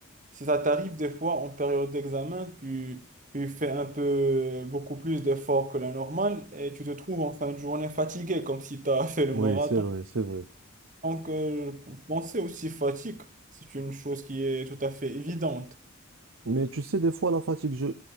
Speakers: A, on the right; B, on the right.
A: si ça t'arrive des fois en période d'examen, tu, tu fais un peu beaucoup plus d'efforts que la normale et tu te trouves en fin de journée fatigué, comme si tu as <laughs> fait le
B: Oui,
A: marathon.
B: c'est vrai, c'est vrai.
A: Donc, euh, penser aussi fatigue, c'est une chose qui est tout à fait évidente.
B: Mais tu sais, des fois, la fatigue, je...